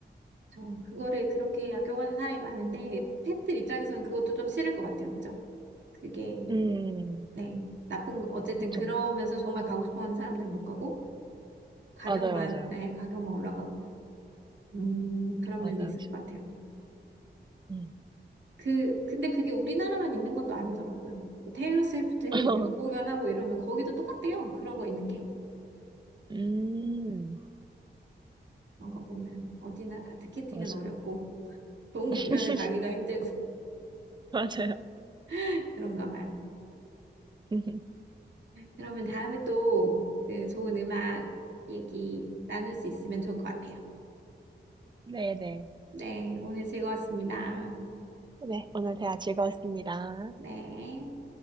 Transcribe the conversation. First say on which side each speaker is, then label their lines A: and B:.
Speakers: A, on the right (about 75°); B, on the right (about 25°).
A: 저 그거를 그렇게 악용하는 사람이 많은데 펫들 입장에서는 그것도 좀 싫을 것 같아요. 그죠? 그게
B: 음,
A: 네 나쁜 어쨌든
B: 그쵸.
A: 그러면서 정말 가고 싶어하는 사람들은 못 가고 가격만
B: 맞아요, 맞아요.
A: 예, 가격만 올라가고 음 그런
B: 맞아요.
A: 면이 있을 것 같아요.
B: 음.
A: 그 근데 그게 우리나라만 있는 것도 아니더라고요. 뭐 테일러 스위프트 이렇게
B: <laughs>
A: 미국 공연하고 이러면 거기도 똑같대요. 그런 거 있는 게
B: 음,
A: 그런
B: 어,
A: 거 보면 어디나 다 티켓팅은
B: 맞아.
A: 어렵고 좋은 공연을
B: <laughs>
A: 가기가 힘들고
B: 맞아요.
A: <laughs> 그런가 봐요.
B: <laughs>
A: 그러면 다음에 또 그 좋은 음악 얘기 나눌 수 있으면 좋을 것 같아요.
B: 네네.
A: 네, 오늘 즐거웠습니다.
B: 네, 오늘 대화 즐거웠습니다.
A: 네.